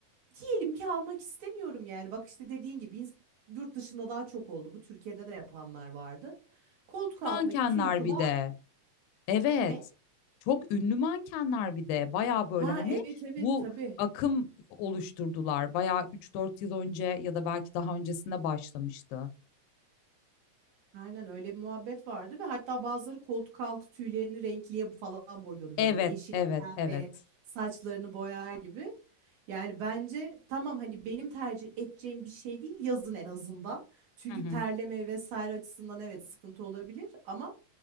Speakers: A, on the right; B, on the left.
A: Diyelim ki almak istemiyorum yani. Bak işte dediğin gibi ins- yurt dışında daha çok oldu. Bu Türkiye'de de yapanlar vardı. Koltuk altındaki
B: Mankenler
A: tüyü kılağı
B: bir de. Evet.
A: ne?
B: Çok ünlü mankenler bir de. Baya böyle
A: Ha
B: hani
A: evet evet
B: bu
A: tabii.
B: akım oluşturdular. Baya üç dört yıl önce ya da belki daha öncesinde başlamıştı.
A: Aynen öyle bir muhabbet vardı ve hatta bazıları koltuk altı tüylerini renkliye falan boyuyordu
B: Evet,
A: böyle yeşilen
B: evet,
A: pembe
B: evet.
A: saçlarını boyar gibi. Yani bence tamam hani benim tercih edeceğim bir şey değil yazın en azından. Çünkü
B: Hı hı.
A: terleme vesaire açısından evet sıkıntı olabilir ama